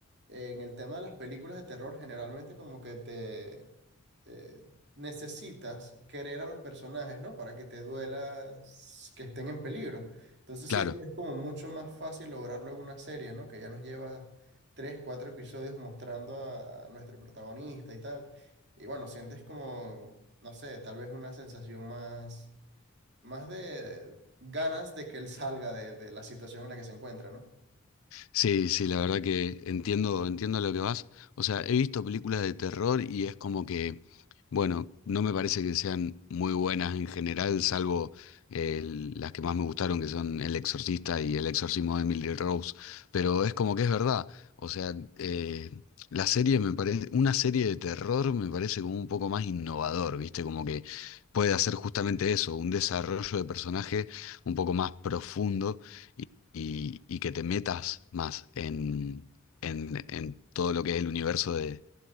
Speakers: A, on the right; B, on the left.
A: en el tema de las películas de terror, generalmente como que te eh, necesitas querer a los personajes, ¿no? Para que te duela s- que estén en peligro. Entonces
B: claro.
A: siento que es como mucho más fácil lograrlo en una serie, ¿no? Que ya nos lleva tres, cuatro episodios mostrando a, a nuestro protagonista y tal. Y bueno, sientes como, no sé, tal vez una sensación más, más de ganas de que él salga de, de la situación en la que se encuentra, ¿no?
B: Sí, sí, la verdad que entiendo, entiendo a lo que vas. O sea, he visto películas de terror y es como que, bueno, no me parece que sean muy buenas en general, salvo eh, las que más me gustaron, que son El Exorcista y El Exorcismo de Emily Rose. Pero es como que es verdad. O sea, eh, la serie me parece, una serie de terror me parece como un poco más innovador, ¿viste? Como que puede hacer justamente eso, un desarrollo de personaje un poco más profundo y, y que te metas más en, en, en todo lo que es el universo de